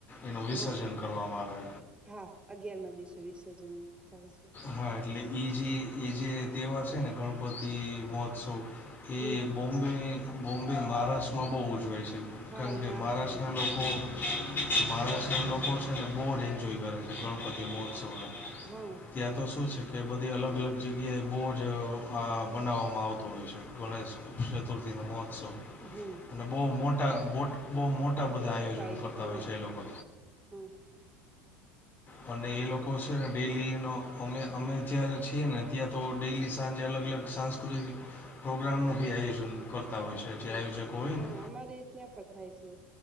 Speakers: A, on the left (about 30°); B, on the right (about 15°).
A: એનું વિસર્જન
B: હા
A: કરવામાં આવે
B: હા અગિયાર માં દિવસ વિસર્જન થાય છે
A: હા એટલે એ જે એ જે તહેવાર છે ને ગણપતિ મહોત્સવ એ
B: હમ
A: બોમ્બે બોમ્બે મહારાષ્ટ્રમાં બહુ ઉજવાય છે
B: હા
A: કારણ કે
B: મહારાષ્ટ્રમાં
A: મહારાષ્ટ્રના લોકો
B: ત્યાં
A: મહારાષ્ટ્રના લોકો છે ને બહુ જ એન્જોય કરે છે ગણપતિ મહોત્સવને
B: હા
A: ત્યાં તો શું છે કે બધી અલગ અલગ જગ્યાએ બહુ જ આ બનાવવામાં આવતું હોય છે ગણેશ ચતુર્દીનો મહોત્સવ
B: હમ
A: અને બહુ મોટા બહુ મોટા બધા
B: મોટે
A: આયોજન
B: પાયે
A: કરતા
B: હા
A: હોય છે એ લોકો
B: હા
A: અને એ લોકો છે ને ડેલીનો અમે અમે ત્યાં છીએ ને ત્યાં તો ડેલી સાંજે અલગ અલગ સાંજ સુૂ પ્રોગ્રામ બી આયોજન કરતા હોય છે
B: હા
A: જે આયોજકો હોય
B: હા
A: ને
B: અમારે ત્યાં પણ થાય છે